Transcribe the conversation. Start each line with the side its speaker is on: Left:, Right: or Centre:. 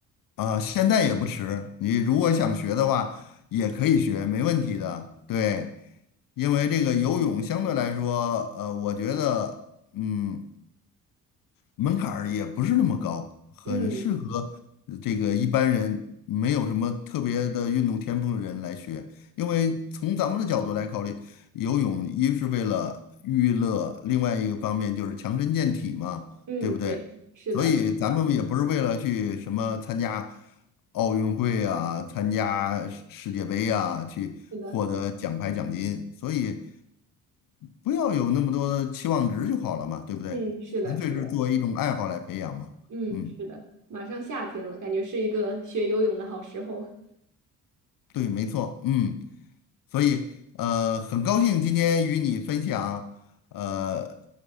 Left: 啊，现在也不迟，你如果想学的话也可以学，没问题的，对，因为这个游泳相对来说，呃，我觉得嗯门槛儿也不是那么高，很适合呃这个一般人没有什么特别的运动天赋的人来学。
Right: 嗯
Left: 因为从咱们的角度来考虑，游泳一是为了娱乐，另外一个方面就是强身健体嘛，
Right: 嗯，
Left: 对不对？
Right: 对的，是的，
Left: 所以咱们也不是为了去什么参加奥运会啊，参加世世界杯啊，去获得奖牌奖金。
Right: 是的，
Left: 所以不要有那么多的期望值就好了嘛，对不对？
Right: 嗯，是的，
Left: 纯粹是作为一种爱好来培养嘛。
Right: 是的，嗯，
Left: 嗯，
Right: 是的，马上夏天了，感觉是一个学游泳的好时候。<laughs>
Left: 对，没错。嗯，所以呃，很高兴今天与你分享，呃，